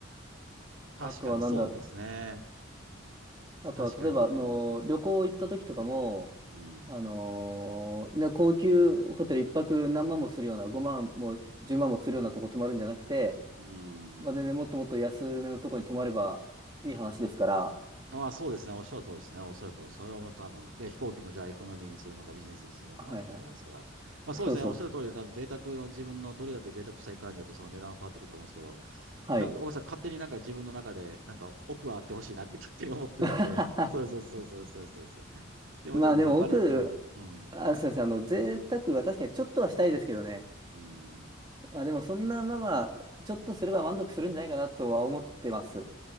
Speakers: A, on the right; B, on the right.
A: 確かにそうですね。
B: あとはなんだ、あとは例えば、
A: 確かに。
B: あのー旅行行った時とかも、
A: うん。うん。
B: あのーね、高級ホテル一泊何万もするような、5万も10万もするようなとこ泊まるんじゃなくて、
A: うん。
B: まあ、全然もっともっと安めのとこに泊まればいい話ですから、
A: まあそうですね。おっしゃる通りですね。おっしゃる通りです。それはもう多分、で、飛行機もじゃあエコノミーにするのかビジネスにするのかってことなんですから。
B: はいはい。
A: まあそうですね。
B: そうですそうです。
A: おっしゃる通りで、多分贅沢の自分のどれだけ贅沢したいかによってその値段は変わってくると思うんですけど、
B: はい。
A: なんか、大川さん、勝手になんか自分の中で、なんか奥はあってほしいなって勝手に思ってたんで、
B: <laughs>
A: <laughs> そうです、そうです、そうです、そうです。そうですで、
B: まあでも僕、
A: もちろんね、お金、うん、うん、
B: あ、すみません、あの、贅沢は確かにちょっとはしたいですけどね。
A: うん、
B: まあでもそんなまあまあ、ちょっとすれば満足するんじゃないかなとは思ってます。